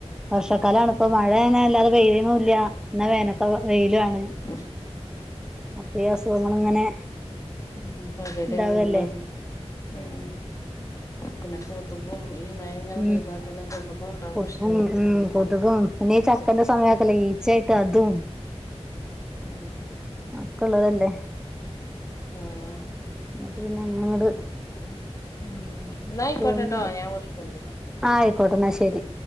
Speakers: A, in the centre; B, on the left (about 30°).
A: വർഷക്കാലാണ് ഇപ്പൊ മഴ അങ്ങനെ വല്ലാതെ പെയ്യ്ണതും ഇല്ല എന്ന വേനൊക്ക വെയിലു ആണ്
B: ഉം
A: അപ്പൊ ഈ അസുഖങ്ങള് ഇങ്ങനെ
B: ഉം പകര്
A: ഉണ്ടാവല്ലേ
B: അതുകൊണ്ടാണ് ഉം പിന്നെ കൊതുകും ഈ മയങ്ങനെ
A: ഉം
B: പെയ്താത്തന്നെ കൊതുകും ഉണ്ടാവും
A: കൊതുകും
B: ഇഷ്ടംപോലെ
A: ഉം കൊതുകും പിന്നീ ചക്കന്റെ സമയൊക്കല്ല ഈച്ചായിട്ട് അതും
B: ഉം
A: ഒക്കള്ളതല്ലേ
B: ആഹ്
A: എന്നിട്ട് പിന്നെ അങ്ങട്
B: ഉം എന്നാ ആയിക്കോട്ടട്ടോ
A: പോന്നില്ല
B: ഞാൻ വെക്ക്ണ്ട്
A: ആഹ് ആയിക്കോട്ടെ എന്നാ ശരി